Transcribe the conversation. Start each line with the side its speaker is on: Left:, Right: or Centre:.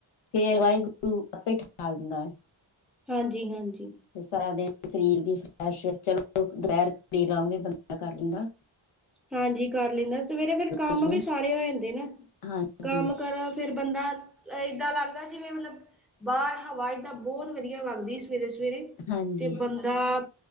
Left: ਫੇਰ ਵਾਹਿਗੁਰੂ ਆਪੇ ੳਠਾ ਦਿੰਦਾ ਏ।
Centre: ਹਾਂਜੀ- ਹਾਂਜੀ।
Left: ਸਾਰਾ ਦਿਨ ਸਰੀਰ ਵੀ ਫਰੈਸ਼ ਚਲੋ ਦੁਪਹਿਰੀ ਅਰਾਮ ਵੀ ਬੰਦਾ ਕਰ ਲਿੰਦਾ।
Centre: ਹਾਂਜੀ। ਕਰ ਲੈਂਦਾ। ਸਵੇਰੇ ਫਿਰ ਕੰਮ
Left: ਲੱਗਦਾ
Centre: ਵੀ ਸਾਰੇ ਹੋ ਜਾਂਦੇ ਨਾ
Left: ਹਾਂਜੀ
Centre: ਕੰਮ ਕਰ ਫਿਰ ਬੰਦਾ, ਇਏਦਾਂ ਲੱਗਦਾ ਜਿਵੇਂ ਮਤਲਬ ਬਾਹਰ ਹਵਾ ਤਾਂ ਬਹੁਤ ਵਧੀਆ ਵੱਗਦੀ ਸਵੇਰੇ, ਸਵੇਰੇ
Left: ਹਾਂਜੀ
Centre: ਤੇ ਬੰਦ ਦਾ